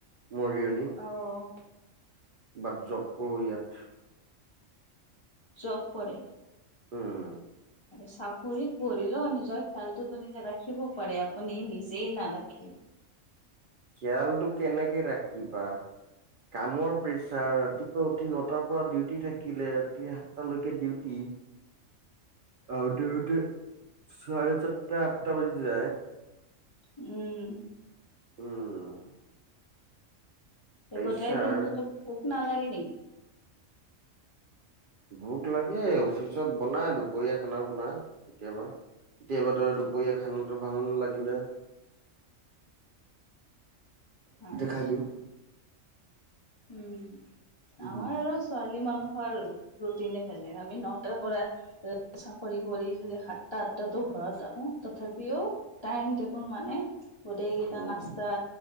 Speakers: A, on the right; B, on the left.
A: মৰিয়নি।
B: অ'
A: বাট জব কৰোঁ ইয়াত।
B: জব কৰে?
A: উম।
B: আৰু চাকৰি কৰিলেও নিজৰ খেয়ালটোতো নিজে ৰাখিব পাৰে আপুনি নিজেই নাৰাখে।
A: খিয়ালটো কেনেকে ৰাখিবা কামৰ প্ৰেচাৰ ৰাতিপুৱা উঠি নটাৰ পৰা ডিউটি থাকিলে ৰাতি সাতটালৈকে ডিউটি। আহোঁতে-আহোঁতে চাৰে সাতটা আঠটা বাজি যায়।
B: উম
A: উম। প্ৰেছাৰ
B: গোটেই দিনটোতো ভোক নালাগে নেকি?
A: ভোক লাগে অফিচত বনাই দুপৰীয়া খানা বনাই কেতিয়াবা। কেতিয়াবা ধৰ দুপৰীয়া খানাটো ভাল নালাগিলে <inaudible>
B: আচ্ছা।
A: খাই দিওঁ
B: উম
A: উম
B: আমাৰ আৰু ছোৱালী মানুহৰ ৰুটিনে বেলেগ। আমি নটাৰ পৰা চাকৰি কৰি যদি সাতটা আঠটাতো ঘৰত আহো তথাপিও টাইম টেবুল মানে গোটেই কেইটা
A: অ',
B: নাস্তা